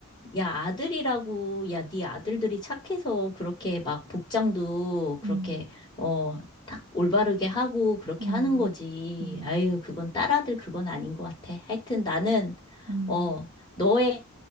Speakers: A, on the left (about 20°); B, on the right (about 65°).
A: 야, 아들이라고, 야, 네 아들들이 착해서 그렇게 막 복장도 그렇게,
B: 음,
A: 어, 딱 올바르게 하고 그렇게
B: 음,
A: 하는 거지.
B: 음,
A: 아유, 그건 딸아들 그건 아닌 것 같아. 하여튼 나는,
B: 음.
A: 어, 너의